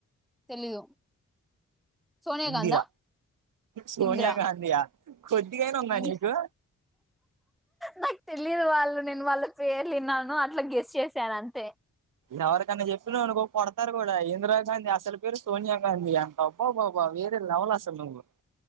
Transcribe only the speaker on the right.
ఇందిరా
సోనియాగాధయా
కొద్దిగానా ఉందా
నీకు
ఎవరికైన్నా చెప్పిన అనుకో కుడుతారు కూడా ఇందిరాగాంధీ అసలు పేరు సోనియా గాంధీ అంత అబ్బా బాబా వేరే లెవలు అసలు నువ్వు